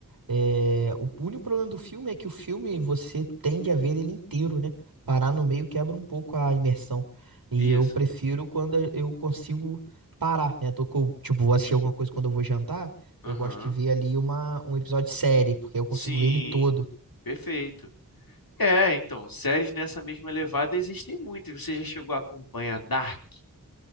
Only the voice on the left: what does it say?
isso.
Aham.
Sim,
perfeito. É, então, séries nessa mesma levada existem muitas. Você já chegou a acompanhar Dark?